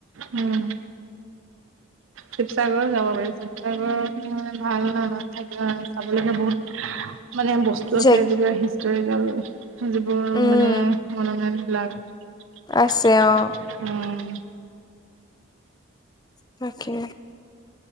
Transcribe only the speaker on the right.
উম'। শিৱসাগৰ যাব পাৰি। শিৱসাগৰখিনি মানে ভাল ন' তাত থাকি চাবলগীয়া বহুত মানে বস্তু আছে
যিবাক হিষ্টৰিকেল, যিবোৰ
মানে মনুমেণ্ট বিলাক
উম'।